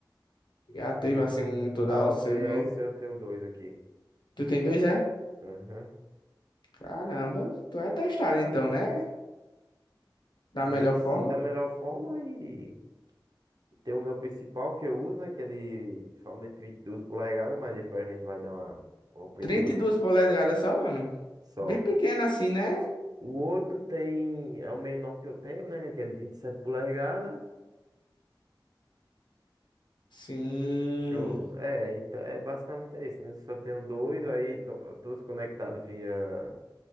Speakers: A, on the left (about 70°); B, on the right (about 55°).
A: Já teve assim um em toda
B: AOC,
A: você, mas.
B: AOC, eu tenho dois aqui.
A: Tu tem dois, é?
B: Aham.
A: Caramba, tu é testado então, né? Da
B: Sim,
A: melhor
B: sim,
A: forma.
B: da melhor forma e tem o meu principal que eu uso, né? Que é de somente 22 polegadas, mas depois a gente vai dar uma, uma preguiça
A: trinta e duas polegadas só, mano.
B: só.
A: Bem pequeno assim, né?
B: O outro tem, é o menor que eu tenho, né? Que é de 27 polegadas.
A: Sim.
B: Deixa eu ver. É, então, é basicamente é isso, né? Só tenho dois, aí to- todos conectados via